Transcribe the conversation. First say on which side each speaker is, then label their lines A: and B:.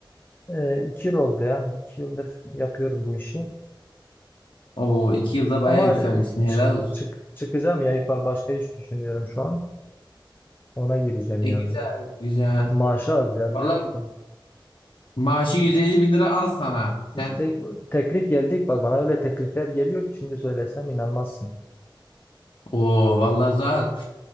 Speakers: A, on the left; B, on the left.
A: e, iki yıl oldu ya. İki yıldır yapıyorum bu işi.
B: Oo, iki yılda
A: Ama
B: bayağı yükselmişsin.
A: e, çık,
B: Helal olsun.
A: çık, çıkacağım ya İpal. Başka iş düşünüyorum şu an. Ona gireceğim
B: E,
A: ya
B: güzel,
A: bu.
B: güzel.
A: Maaşı az ya biliyor
B: Valla
A: musun?
B: maaşı 150 bin lira al sana.
A: İşte
B: Sen
A: teklif geldi İkbal. Bana öyle teklifler geliyor ki şimdi söylesem inanmazsın.
B: Oo vallahi Zuhat